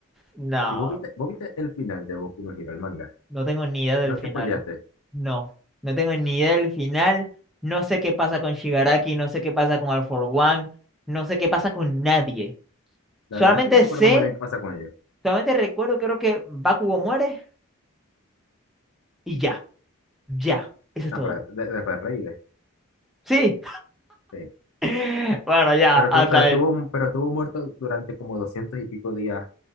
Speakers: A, in the centre; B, on the left.
A: No,
B: ¿Y vos viste, vos viste el final de Boku no Hero, el manga?
A: no tengo ni idea del
B: No
A: final.
B: te spoileaste.
A: No, no tengo ni idea del final. No sé qué pasa con Shigaraki, no sé qué pasa con All For One, no sé qué pasa con nadie.
B: La
A: Solamente
B: verdad es que no me
A: sé,
B: acuerdo muy bien qué pasa con ellos.
A: solamente recuerdo, creo que Bakugo muere y ya, ya, eso es
B: Ah,
A: todo.
B: pero de- de- después reí, de-
A: Sí,
B: sí.
A: <laughs> Bueno, ya,
B: Pero
A: hasta
B: estuvo, pero
A: ahí.
B: estuvo, pero estuvo muerto durante como 200 y pico días,